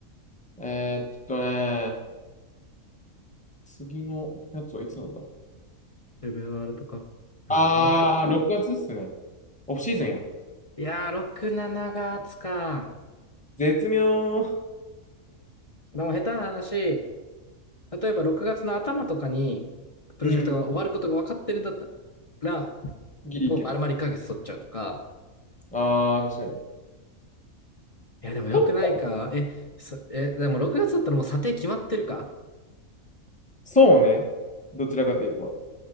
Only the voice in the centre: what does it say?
えーっとね次のやつはいつなんだ
あー、6月っすね。オフシーズンや。
絶妙。
うん。
ギリいける。
あー、確かに。
と、
そうね。どちらかといえば。